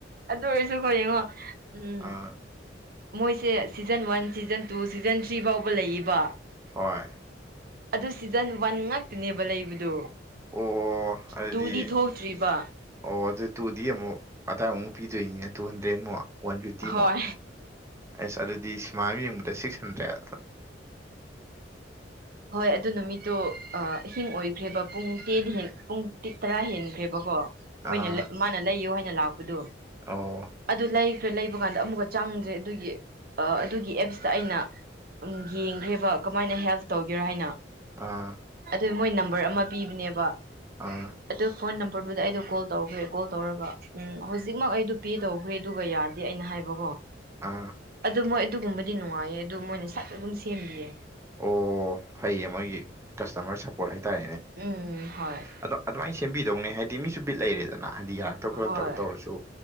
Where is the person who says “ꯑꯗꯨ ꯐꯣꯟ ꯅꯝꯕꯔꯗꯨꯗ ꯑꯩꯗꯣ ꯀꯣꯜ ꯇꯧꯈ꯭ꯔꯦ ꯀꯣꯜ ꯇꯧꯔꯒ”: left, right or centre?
Right